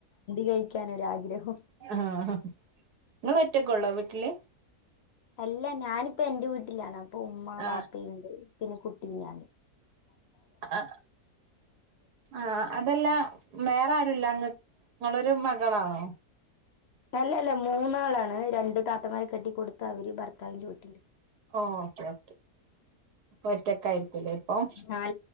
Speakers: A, on the left; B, on the right.
A: കഴിക്കാനൊരാഗ്രഹം
B: ഹെ ഹ് നിങ്ങൾ ഒറ്റയ്ക്കോള്ളോ വീട്ടില്
A: അല്ല ഞാനിപ്പ എന്റെ വീട്ടിലാണ് അപ്പൊ ഉമ്മ
B: ആഹ്
A: വാപ്പയണ്ട് പിന്നെ കുട്ടീഞാനും
B: ആ ആഹ അതല്ല വേറെ ആരുല്ല നിങ്ങൾക്ക് നിങ്ങളൊരു മകളാണോ
A: അല്ലല്ലാ മൂന്നാളാണ് രണ്ട് താത്തമാരെ കെട്ടികോടുത്ത് അവർ ഭർത്താവിന്റെ വീട്ടിൽ
B: ഓ ഓക്കെ ഓക്കെ ഒറ്റക്ക ആയിരിക്കലേ ഇപ്പം
A: ആഹ്